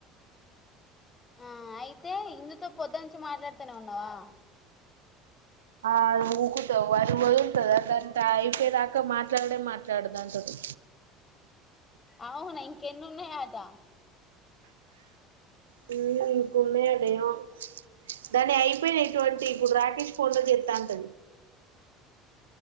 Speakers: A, on the left; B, on the right.
A: ఆ అయితే ఇందుతో పొద్దు నుంచి మాట్లాడుతనే ఉన్నావా
B: ఆ ఊకుతావ్ అది వదులుతాదా దాని అయిపోయేదాకా ఇక మాట్లాడే మాట్ల ఉంటదట దాంతోటి
A: అవునా ఇంకెనున్నయ్యట
B: హామ్ ఇంక ఉన్నాయట ఏమో దాని అయిపోయినాయి ట్వంటీ ఇప్పుడు రాకేష్ ఫోన్ తో చేత్త అంటది